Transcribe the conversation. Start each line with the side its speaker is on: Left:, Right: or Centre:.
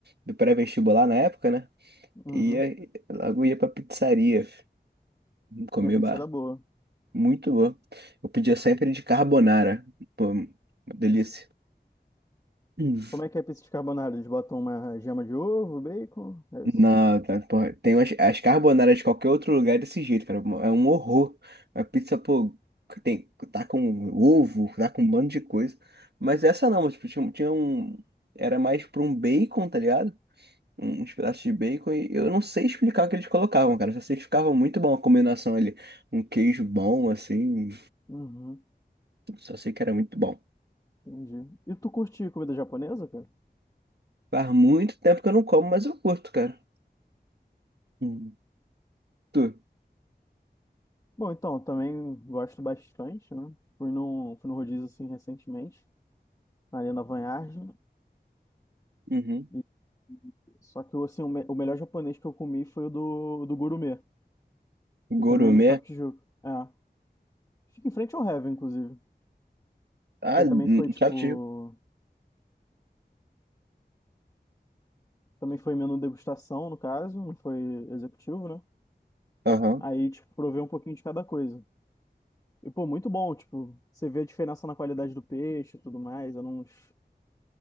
Right: do pré-vestibular na época, né?
Left: uhum.
Right: E Ia, logo ia pra pizzaria. Comia
Left: E a pizza
Right: ba-
Left: era boa.
Right: muito bom. Eu pedia sempre de carbonara. Pô, uma delícia. Hum.
Left: Como é que é pizza de carbonara? Eles botam uma gema de ovo, bacon, é
Right: Não,
Left: isso?
Right: tá, porra, tem as, as carbonaras de qualquer outro lugar é desse jeito, cara. É um horror. A pizza, pô, tem, tá com ovo, tá com um bando de coisa. Mas essa não, mas, tipo, tinha, tinha um. Era mais pra um bacon, tá ligado? uns pedaços de bacon e eu não sei explicar o que eles colocavam, cara. Só sei que ficava muito bom a combinação ali. Um queijo bom, assim.
Left: Uhum,
Right: Só sei que era muito bom.
Left: entendi. E tu curte comida japonesa, cara?
Right: Faz muito tempo que eu não como, mas eu curto, cara. Hum. Tu?
Left: Bom, então, também gosto bastante, né? Fui num, fui num rodízio, assim, recentemente, ali na Vanhagem.
Right: Uhum.
Left: E... Só que, assim, o, me- o melhor japonês que eu comi foi o do, do Gourmet,
Right: Gourmet?
Left: que também é no Shop Tijuca. É. Fica em frente ao Heaven, inclusive.
Right: Ah,
Left: Que aí
Right: hum,
Left: também foi, tipo...
Right: já tive.
Left: Também foi menu degustação, no caso, não foi executivo, né?
Right: Aham.
Left: Aí, tipo, provei um pouquinho de cada coisa. E, pô, muito bom, tipo, você vê a diferença na qualidade do peixe e tudo mais. Era uns.